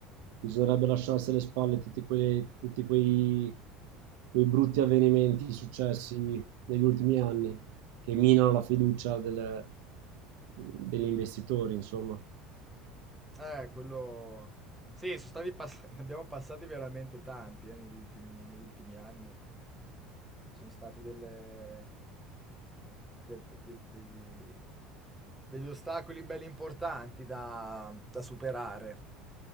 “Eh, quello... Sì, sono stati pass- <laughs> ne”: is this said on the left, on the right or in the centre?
Centre